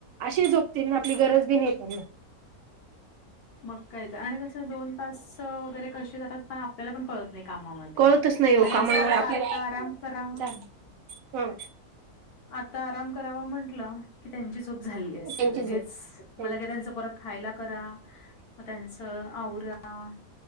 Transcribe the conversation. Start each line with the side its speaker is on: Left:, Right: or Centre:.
Right: अशी झोपतीलना, आपली गरज दे नाही त्यांना.
Left: मग काय तर, आणि कस दोन तास वगैरे कसे जातात पण आपल्याला पण कळत. कामामध्ये,
Right: कळतच नाही हो
Left: आणि
Right: कामामुळे
Left: असं वाटत
Right: आपल्याला
Left: आता आराम करा
Right: झालं ह
Left: आता आराम करावा म्हटलं की, त्यांची झोप झाली असेल
Right: त्यांची
Left: लगेच
Right: झोप
Left: म-
Right: त्यांची
Left: परत खायला करा, त्यांच आवरा-